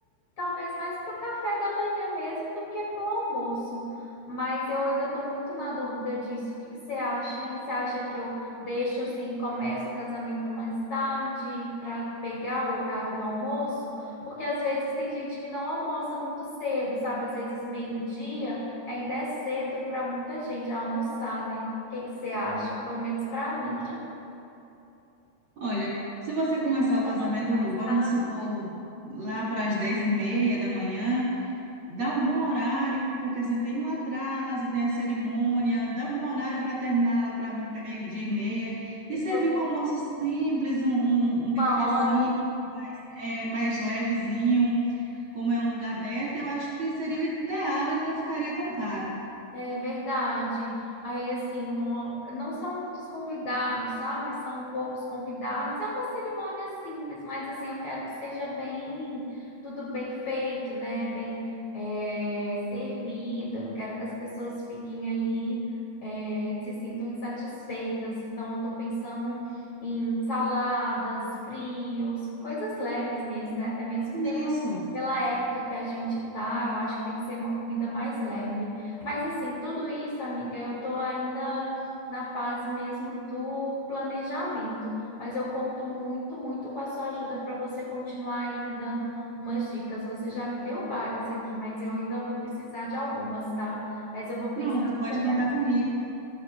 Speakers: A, on the left; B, on the right.
A: Talvez mais para o café da manhã mesmo do que para o almoço. Mas eu ainda estou muito na dúvida disso. O que que você acha, hein? Você acha que eu deixo assim, começo o casamento mais tarde para pegar o horário do almoço? Porque às vezes tem gente que não almoça muito cedo, sabe? Às vezes meio-dia ainda é cedo para muita gente almoçar, né? O que que você acha? Pelo menos para mim. <laughs>
B: Olha, se você
A: Tem
B: começar
A: gente que
B: o casamento,
A: almoça mais
B: vamos
A: tarde,
B: supor, lá para as dez e meia da manhã, Dá um bom horário, porque assim tem um atraso, tem a cerimônia, dá um bom horário para terminar para meio-dia e meia. E
A: tipo
B: servir um almoço simples, um, um, um
A: uma
B: buffet
A: hora.
B: simples, mais, é, mais levezinho, como é um lugar aberto, eu acho que seria o ideal e não ficaria tão caro.
A: É verdade. Aí, assim, um- não são muitos convidados, sabe? São poucos convidados. É uma cerimônia simples, mas, assim, eu quero que seja bem, tudo bem feito, né? Bem, é, servido. Eu não quero que as pessoas fiquem ali, é, se sintam insatisfeitas. Então, eu tô pensando em saladas, frios, coisas leves mesmo, né? Até mesmo
B: Isso.
A: pela, pela época que a gente tá, eu acho que tem que ser uma comida mais leve. Mas assim, tudo isso, amiga, eu tô ainda na fase mesmo do planejamento, mas eu conto muito, muito com a sua ajuda para você continuar aí me dando umas dicas. Você já me deu várias aqui, mas eu ainda vou precisar de algumas, tá? Mas eu vou
B: Pronto,
A: pensar
B: pode
A: seriamente.
B: contar comigo.